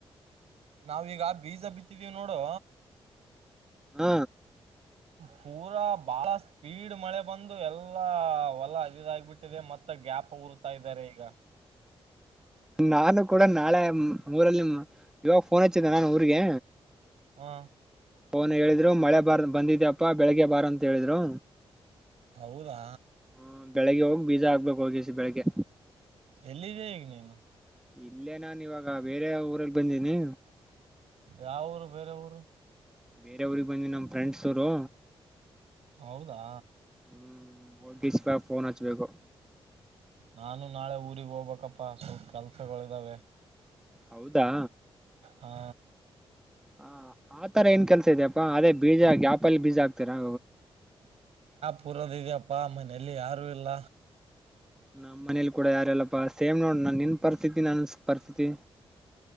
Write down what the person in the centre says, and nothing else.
ಹ್ಮ
ನಾನು ಕೂಡ ನಾಳೆ ಊರಲ್ಲಿ ಇವಾಗ ಫೋನ್ ಹಚ್ಚಿದ್ದನೆ ನಾನು ಊರಿಗೆ
ಅವನು ಹೇಳಿದ್ರು ಮಳೆ ಬಾರ ಬಂದಿದ್ಯಪ್ಪಾ ಬೆಳಿಗ್ಗೆ ಬಾರ ಅಂತ ಹೇಳಿದ್ರು
ಹ ಬೆಳಗ್ ಹೋಗಿ ಬೀಜ ಹಗ್ಬೇಕು ಹೋಗಿಸಿ ಬೆಳಗ್ಗೆ
ಇಲ್ಲೇ ನಾನ್ ಇವಾಗ ಬೇರೆ ಊರಲ್ಲಿ ಬಂದೀನಿ
ಬೇರೆಯವ್ರಿಗೆ ಬಂದಿ ನಮ್ ಫ್ರೆಂಡ್ಸ್ ಅವರು
ಹ್ಮ್ ಮಪ ಫೋನ್ ಹಚ್ಬೇಕು
ಹೌದಾ
ಹ ಆತರ ಏನ್ ಕೆಲ್ಸ ಇದ್ಯಪ್ಪಾ ಅದೇ ಬೀಜ ಗ್ಯಾಪ್ ಆಪಲ್ ಬೀಜ ಹಾಕ್ತೀರಾ
ನಮ್ಮಲಿ ಕೂಡ ಯಾರಲ್ಲಪ್ಪಾ ಸೇಮ್ ನೋಡ್ ನಾನ್ ನಿನ್ ಪರಿಸ್ಥಿತಿ ನಾನ ಪರಿಸ್ಥಿತಿ